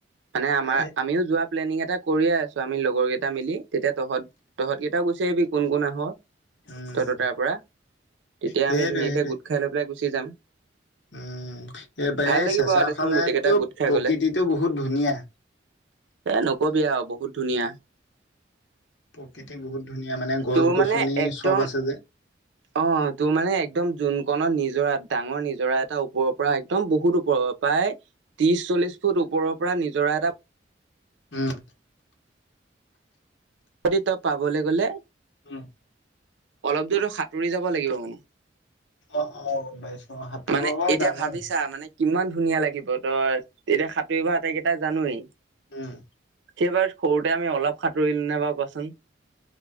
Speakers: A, on the right (about 75°); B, on the left (about 70°).
A: মানে আমাৰ
B: এ
A: আমিও যোৱা প্লেনিং এটা কৰিয়ে আছোঁ আমি লগৰ কেইটা মিলি। তেতিয়া তহঁত তহঁত কেইটাও গুচি আহিবি কোন কোন আহ।
B: উম,
A: তততাৰ পৰা তেতিয়া
B: সেইটোৱে, সেইটোৱে।
A: আমি ধুনীয়াকে গোট খাই লৈ পেলাই গুচি যাম।
B: উম। এইব
A: ভাল লাগিব
B: চেঁচাৰ
A: আৰু দেচোন
B: ফালে
A: গোটেই কেইটা
B: টোপ
A: গোট খাই
B: প্ৰকৃতিটো
A: গলে
B: বহুত ধুনীয়া।
A: এ, নকবি আৰু বহুত ধুনীয়া।
B: প্ৰকৃতি বহুত ধুনীয়া মানে গছ
A: তোৰ
B: গছনি
A: মানে একদম
B: চব আছে যে।
A: অ' তোৰ মানে একদম যোন কণত নিজৰা ডাঙৰ নিজৰা এটা ওপৰৰ পৰা একদম বহুত ওপৰৰ পৰা পায়। ত্ৰিশ চল্লিশ ফুট ওপৰৰ পৰা নিজৰা এটা
B: উম।
A: যদি তই পাবলৈ গ'লে।
B: উম।
A: অলপ দূৰতো সাঁতুৰি যাব লাগিব মানে।
B: অ', অ', গম পাইছো সাতুঁৰিব
A: মানে
B: মই
A: এতিয়া
B: জানো।
A: ভাবিছা মানে কিমান ধুনীয়া লাগিব তই এতিয়া সাঁতুৰিব আটাইকেইটাই জানোৱেই।
B: উম।
A: এইবাৰ সৰুতে আমি অলপ সাঁতুৰিলো নে বাৰু কোৱাচোন।